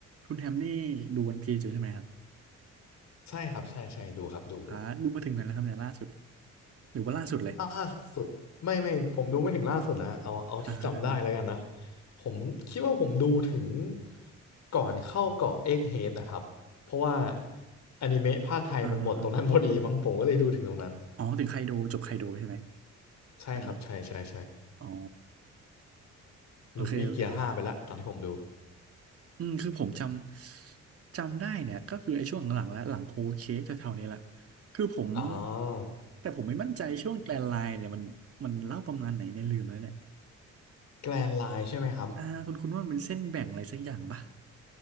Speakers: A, on the right; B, on the left.
A: คุณแฮมนี่ดูวันพีซอยู่ใช่ไหมครับ
B: ใช่ครับใช่ใช่ดูครับดูดู
A: อ่าดูมาถึงไหนแล้วครับเนี่ยล่าสุดหรือว่าล่าสุดเลย
B: ล่าสุดไม่ไม่ผมดูไม่ถึงล่าสุดนะเอาเอาที่จำได้แล้วกันนะ
A: อ่าฮะอ่าฮะ
B: ผมคิดว่าผมดูถึงก่อนเข้าเกาะเอ็กเฮดนะครับเพราะว่าอนิเมะภาคไทยมันหมดตรงนั้นพอดีมั้งผมก็เลยดูถึงตรงนั้น
A: อ่าฮะอาฮะอ๋อถึงไคโดจบไคโดใช่ไหม
B: ใช่ครับใช่ใช่ใช่
A: ตอนนั้นอ๋อโอเคโอเค
B: ลูฟี่เกียร์ห้าไปแล้วตอนที่ผมดู
A: อืมคือผมจำจำได้เนี่ยก็คือไอ้ช่วงหลังๆและหลังโฮลเค้กแถวๆนี้แหละคือผม
B: อ๋อ
A: แต่ผมไม่มั่นใจช่วงแกรนไลน์เนี่ยมันมันเล่าประมาณไหนเนี่ยลืมแล้วเนี่ย
B: แกรนไลน์ใช่ไหมครับ
A: อ่าคุณคุณว่ามันเป็นเส้นแบ่งอะไรสักอย่างป่ะ